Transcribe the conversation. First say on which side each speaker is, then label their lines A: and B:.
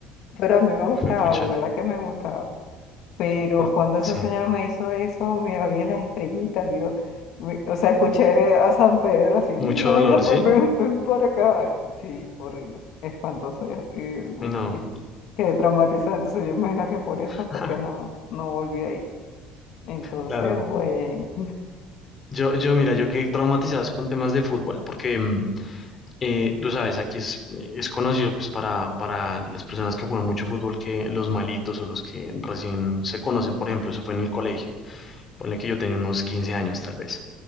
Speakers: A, on the left; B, on the left.
A: Pero a mí me gustaba,
B: Hijo de pucha.
A: de verdad que me gustaba. Pero
B: Por-
A: cuando esa
B: sí.
A: señora me hizo eso, mira, vi las estrellitas, vio, vi- o sea, escuché a San Pedro así, mira,
B: Mucho dolor,
A: vente pa-
B: ¿sí?
A: ven, ven por acá. Sí, horrible, espantoso. Y, y bueno,
B: Uy, no.
A: y quedé traumatizada. Entonces, yo imagino que por
B: <laughs>
A: eso fue que no, no volví a ir. Entonces,
B: Claro.
A: bueno,
B: Yo, yo, mira, yo quedé traumatizado es con temas de fútbol porque, mm, eh, tú sabes, aquí es, es conocido pues para, para las personas que juegan mucho fútbol que los malitos o los que recién se conocen, por ejemplo, eso fue en el colegio. Ponle que yo tenía unos 15 años tal vez.